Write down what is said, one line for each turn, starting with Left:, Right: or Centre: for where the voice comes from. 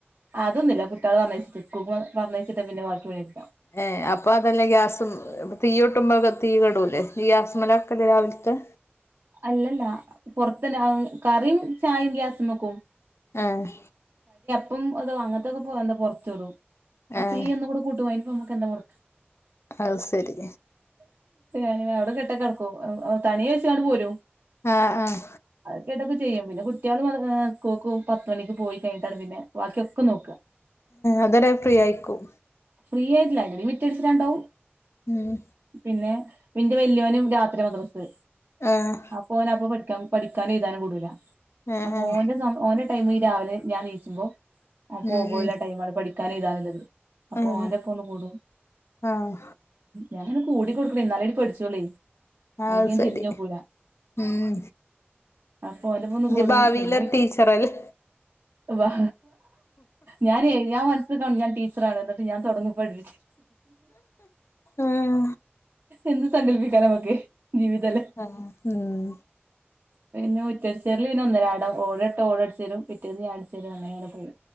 Right: അതൊന്നും ഇല്ല കുട്ടികളെ പറഞ്ഞയച്ചിട്ട പറഞ്ഞച്ചിട്ട പിന്നെ ബാക്കി പണിയൊക്കെ
Left: ഏ അപ്പൊ അതല്ലേ ഗ്യാസും- ഇപ്പൊ തീ കൂട്ടുമ്പോ തീ കെടൂല്ലേ ഈ ഗ്യാസുംമേല വക്കല് രാവിലത്തെ
Right: അല്ല അല്ല പൊറത്തന്നെ കറിയും ചായയും ഗ്യാസുംമെ വയ്ക്കും
Left: ആഹ്
Right: ഇപ്പം അതോ അങ്ങനത്തൊക്കെ പോ എന്താ പുറത്ത് വിടും അ
Left: ഏഹ്
Right: തീ ഒന്ന്കൂടെ കൂട്ടും അയിനിപ്പ നമ്മുക്ക് എന്താ മൊടക്ക്
Left: അത് സരി
Right: അങ്ങനെ അവിടെ കെട്ടി കെടക്കും തനിയെ വെച്ചാണ്ട് ഇങ് പോരും
Left: ആഹ് ആഹ്
Right: അത് കേട്ടൊക്കെ ചെയ്യും പിന്നെ കുട്ടികള് വന്ന് സ്കൂളുക്ക് പത്ത്മണിക്ക് പോയികഴിഞ്ഞിട്ടാണ് പിന്നെ- ബാക്കിയൊക്കെ നോക്കുക
Left: അത് വരെ ഫ്രീ ആയിക്കും
Right: ഫ്രീ ആയിട്ടില്ലായില്ല എന്തെങ്കിലും വിറ്റടിച്ചട്ടാണ്ടാവും
Left: ഉം
Right: പിന്നെ- പിന്നെ വല്യോനും രാത്രി മദ്രസ്
Left: ആഹ്
Right: ആ അപ്പൊ ഓന് എ പ്പോ പഠിക്കും പഠിക്കാനും എഴുതാനും കൊടൂല
Left: ഏഹ്
Right: അപ്പൊ
Left: ഏഹ്
Right: ഓന്റെ ഓന്റെ ടൈമ് ഈ രാവിലെ ഞാനെണീച്ചുമ്പോ അത്
Left: ഉം
Right: ഓല
Left: ഉം
Right: ടൈമാണ് പഠിക്കാനും എഴുതാനും ഇള്ളത് അപ്പൊ
Left: ഉം
Right: ഓൻ്റൊപ്പൊന്ന് കൂടും
Left: ആഹ്
Right: ഞങ്ങ കൂടി കൊടുക്കണേ എന്നാലേ അവര് പടിച്ചോളേ
Left: അത്
Right: അല്ലെങ്കി
Left: ശരി
Right: തിരിഞ്ഞോക്കൂല
Left: ഉം
Right: അപ്പൊ ഓലപ്പൊന്ന്
Left: ഇജ്
Right: കൂടും
Left: ഭാവിയിലൊരു
Right: പിന്നെ വിറ്റ
Left: ടീച്ചറല്ലേ
Right: വാ ഞാനേ ഞാൻ മനസ്സ്ക്ക ഞാൻ ടി റാണ് എന്നിട്ട് ഞാൻ തുടങ്ങും പഠിപ്പിച്ചി
Left: ഉം
Right: എന്ത് സങ്കല്പിക്കാനാ നമുക്ക് ജീവിതല്ലേ
Left: ആഹ് ഉം
Right: പിന്നെ <unintelligible> പിന്നെ ഒന്നരാടം ഓടട്ട ഓളടിച്ചരും പിറ്റേന്ന് ഞാ അടിച്ചരും അങ്ങനെ പോകും